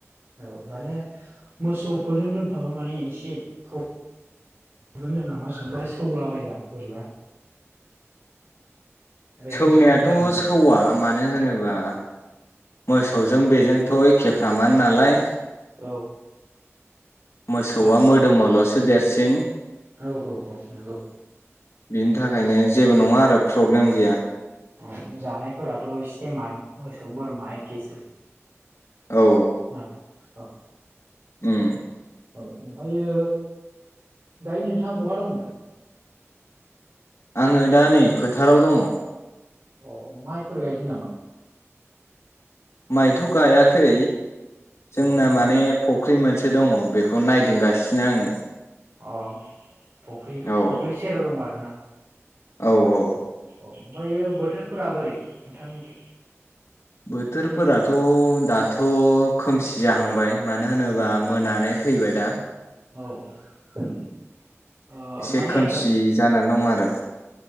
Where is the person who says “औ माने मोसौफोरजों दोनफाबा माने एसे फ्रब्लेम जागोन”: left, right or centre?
Right